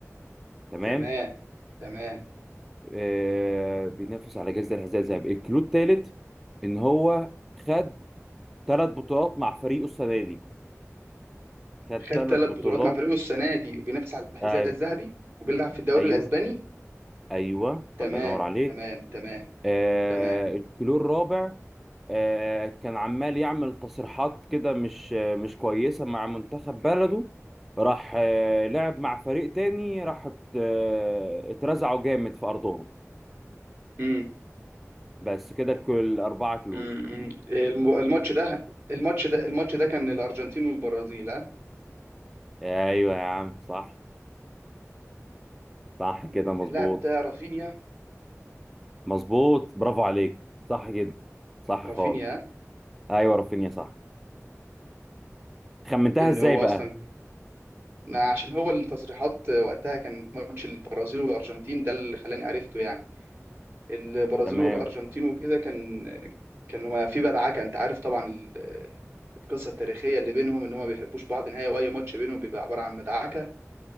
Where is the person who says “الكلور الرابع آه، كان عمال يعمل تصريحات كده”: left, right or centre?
Centre